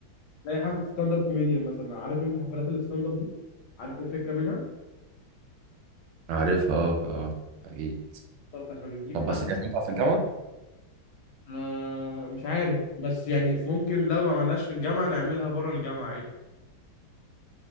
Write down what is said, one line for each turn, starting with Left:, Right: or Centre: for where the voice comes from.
Left: زي حفله ستاند اب كوميديان مثلا عارف انت حفلات الستاند اب دي عارف ايه الفكره منها
Right: عارفها اه اه اكيد
Left: بالظبط احنا بنجيب
Right: طب
Left: حد
Right: بس دي هتنفع في الجامعه
Left: آه مش عارف بس يعني ممكن لو ما عملناش في الجامعه نعملها بره الجامعه عادي